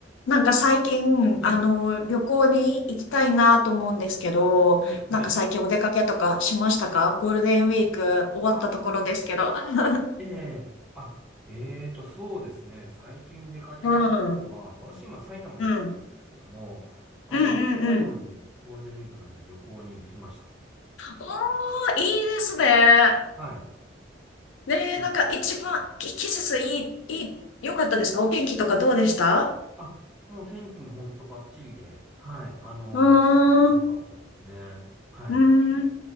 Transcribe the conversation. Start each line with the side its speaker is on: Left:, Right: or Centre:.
Left: なんか最近、
Centre: はい、
Left: あの、旅行に行きたいなと思うんですけど、
Centre: はい、
Left: なんか最近お出かけとかしましたかゴールデンウィーク終わったところですけど。
Centre: はい。ああ、
Left: <laughs>
Centre: ええあ、えーと、そうですね。最近出かけたところは、
Left: うん、うん、
Centre: 私今埼玉に住んでるんですけども、
Left: うん
Centre: あの、
Left: うんうん。
Centre: 北海道にゴールデンウィークの間旅行に行きました。
Left: おー、いいですね。
Centre: はい。
Left: ねえ、
Centre: うん
Left: なんか一番、き季節いい、いい、良かったですかお天気とかどうでした
Centre: あ、もう天気も本当バッチリで、はい。あの、
Left: うーん、
Centre: すごく良かったですね。
Left: う
Centre: はい。
Left: ーん。